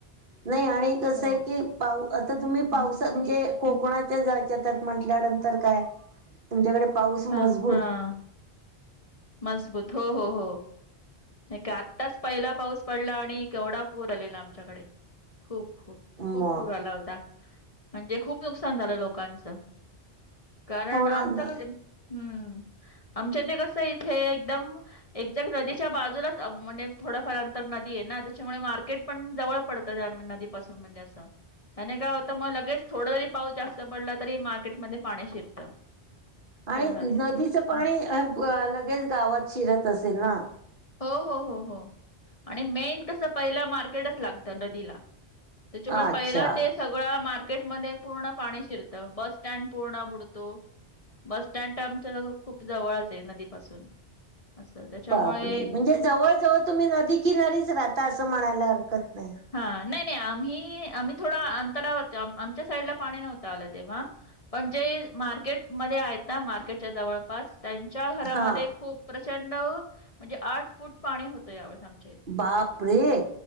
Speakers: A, on the right; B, on the left.
A: नाहीं आणि कसं
B: हो
A: आहे की पाव आंता तुम्हीं
B: हम्म,
A: पावसान म्हणजे कोकणांच्या
B: हम्म,
A: जांच्या म्हंल्यानंतर कायं तुमच्यांकडे पाऊस
B: हां
A: मजबूत
B: हां मजबूंत हो हो हो एक आत्ताचं पहिला पाऊस पडलां आणि केवढां पूंर आलेला आमल्यांकडे खूंप खूंप
A: म
B: खूंप पूंर आंला होतां म्हणजे खूंप नुकसांन झालं लोकांचं कारणं
A: होणार
B: आमचं
A: ना
B: म्हणजे हम्मं आमच्या इथे ते कसं इथे एकदंम एक्झॅक्ट नदीच्या बाजूंलाचं म्हणजे थोडंफार अंतर नदी आहे नां त्यांच्यामुळे मार्केट पणं जवळं पडतं नदीपासूंन म्हणजे असं आणि कायं होतं मंग लगेच थोडां जरी पाऊस जास्तं पडला तरी मार्केटमध्यें पाणी शिरतं असं
A: आणि
B: झालंय
A: नदीचं
B: ते.
A: पाणी
B: हं.
A: लगेचं गावांत शिरतं असेल नां
B: हो हो हो हो आणि मेन कसं पहिलं मार्केटचं लागतं नदीला त्यांच्यामुळे
A: अच्छा
B: पहिला ते सगळ्यां मार्केटमध्यें पूर्ण पाणी शिरतं बसं स्टँड पूर्ण बुडतो बसं स्टँड तरं आमच्यां खूंप जवळचं आहे नदीपासूंन असं त्यांच्यामुळे
A: बापरे म्हणजे जवळं जवळं तुम्हीं नदी किनारीचं राहतां असं म्हणांयला हरकंत नाहीं
B: हां नाहीं नाहीं आम्हीं थोडां अंतरावर आमच्या साईडला पाणी आलं तेव्हां पणं जे मार्केट मध्यें आहे नां मार्केटच्या जवळं पास त्यांच्या घरांमध्ये
A: हा
B: खूंप प्रचंड अं म्हणजे आंठ फूंट पाणी होतं यावे सं.
A: बापरे.